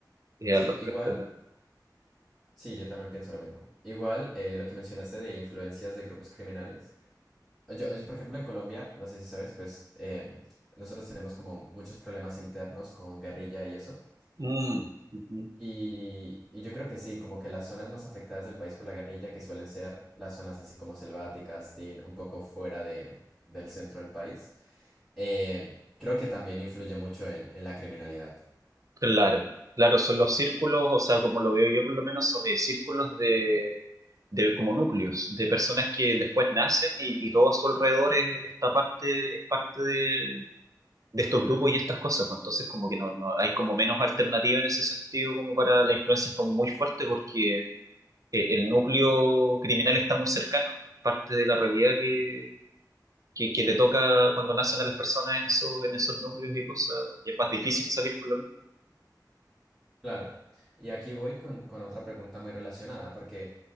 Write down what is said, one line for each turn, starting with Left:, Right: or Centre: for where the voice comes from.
Right: eh,
Centre: sí,
Right: al respecto.
Centre: igual, sí, yo también pienso lo mismo. Igual eh, lo que mencionaste de influencias de grupos criminales. Yo, yo, por ejemplo, en Colombia, no sé si sabes, pues em, nosotros tenemos como muchos problemas internos con guerrilla y eso.
Right: Mm, ujú.
Centre: Y, y yo creo que sí, como que las zonas más afectadas del país por la guerrilla, que suelen ser las zonas así como selváticas, tin, un poco fuera de, del centro del país, eh, creo que también influye mucho en, en la criminalidad.
Right: Claro, claro, son los círculos, o sea, como lo veo yo por lo menos, son eh, círculos de, de como núcleos, de personas que después nacen y, y todo a su alrededor es, esta parte, es parte de, de estos grupos y estas cosas, pues entonces como que no, no hay como menos alternativa en ese sentido como para la influencia es como muy fuerte porque eh, el núcleo criminal está muy cercano, es parte de la realidad que, que, que le toca cuando nacen a las personas en, esos en esos núcleos y cosas, y es más difícil salir por lo menos.
Centre: Claro. Y aquí voy con, con otra pregunta muy relacionada, porque,